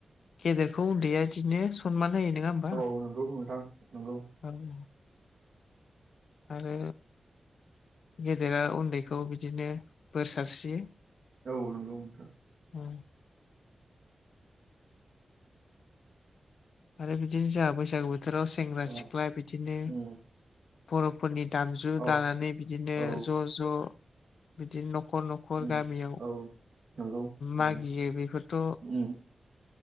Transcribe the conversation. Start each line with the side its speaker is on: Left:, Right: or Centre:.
Left: गेदेरखौ उन्दैया इदिनो सनमान होयो नों
Right: औ नंगौ नोंथां नोंगौ।
Left: थां आरो गेदेरा उन्दैखौ बिदिनो बोर सारस्रियो।
Right: औ नंगौ नोंथां।
Left: उम। आरो बिदिनो जोंहा बैसागु बोथोराव सेंग्रा
Right: अ
Left: सिख्ला बिदिनो
Right: उम
Left: बर'फोरनि दामजु
Right: औ
Left: लानानै बिदिनो
Right: औ
Left: ज' ज' बिदिनो नखर नखर
Right: उम
Left: गामियाव
Right: औ नंगौ नोंथां
Left: मागियो बेफोरथ'
Right: उम